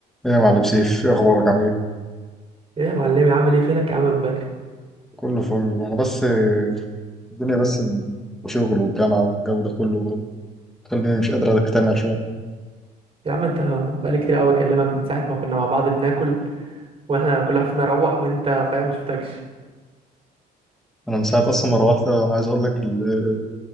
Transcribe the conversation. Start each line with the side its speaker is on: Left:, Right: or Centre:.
Centre: ايه يا معلم سيف ايه اخبارك عامل ايه
Right: ايه يا معلمي عامل ايه فينك يا عم من بدري
Centre: كله فل انا بس آه، الدنيا بس شغل والجامعه والجو ده كله خليني مش قادر اجتمع شويه
Right: يا عم انت بقالي كتير قوي بكلمك من ساعه ما كنا مع بعض بناكل واحنا كل واحد فينا روح وانت فاهم ما شفتكش
Centre: انا من ساعه اصلا ما روحت انا عايز اقول لك ال-